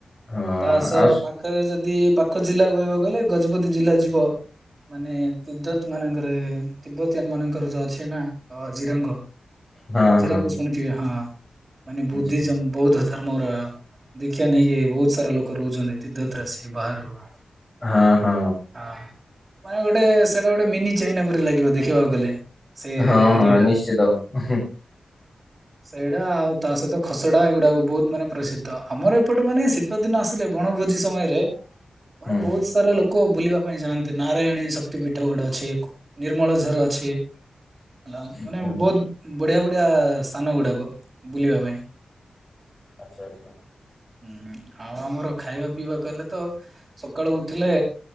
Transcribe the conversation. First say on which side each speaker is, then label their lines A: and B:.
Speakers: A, on the left; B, on the right.
A: ହଁ
B: ତା ସହ
A: ଆଉ ସ-
B: ପାଖ ପାଖ ଯଦି ପାଖ ଜିଲ୍ଲା କହିବାକୁ ଗଲେ ଗଜପତି ଜିଲ୍ଲା ଯିବ। ମାନେ ତି୍ବତ ମାନଙ୍କର ତତିିବ୍ବତୀୟାନ ମାନଙ୍କର ଯୋଉ ଅଛି ନା ଜିରଙ୍ଗ।
A: ହଁ
B: ଜିରାଙ୍ଗ
A: ହଁ
B: ଶୁଣିଥିବେ ହଁ ମାନେ ବୁଦ୍ଧିଜମ
A: ଆଚ୍ଛା।
B: ବୌଦ୍ଧ ଧର୍ମର। ଦେଖିବା ନେଇକି ବହୁତ ସାରା ଲୋକ ରହୁଛନ୍ତି <inaudible> ବାହାରୁ।
A: ଅ ହଁ।
B: ହଁ। ମାନେ ଗୋଟେ ସେଇଟା ଗୋଟେ ମିନି ଚାଇନା ପରି ଲାଗିବ ଦେଖିବାକୁ ଗଲେ। ସେ
A: ହଁ ହଁ
B: ଏରିଆ ଟା
A: ନିଶ୍ଚିତ ଉହୁଁ।
B: ସେଇଡା ଆଉ ତା ସହିତ ଖସଡା ଏଗୁଡାକୁ ବହୁତ ମାନେ ପ୍ରସିଦ୍ଧ ଆମର ଏପଟେ ମାନେ ଶୀତ ଦିନ ଆସିଲେ ବଣଭୋଜି ସମୟରେ। ମାନେ
A: ହୁଁ।
B: ବହୁତ ସାରା ଲୋକ। ଲୋକ ବୁଲିବା ପାଇଁ ଯାନ୍ତି ନାରାୟଣୀ ଶକ୍ତିପୀଠ ଗଡ ଅଛି ନିର୍ମଳଝର ଅଛି। ହେଲା
A: ଆଚ୍ଛା।
B: ମାନେ ବହୁତ ବଢିଆ ବଢିଆ ସ୍ଥାନ ଗୁଡାକ ବୁଲିବା ପାଇଁ।
A: ଆଚ୍ଛା ଆଚ୍ଛା।
B: ଉଁ ହୁଁ ଆଉ ଆମର ଖାଇବା ପିଇବା କଇଲେ ତ ସକାଳୁ ଉଠିଲେ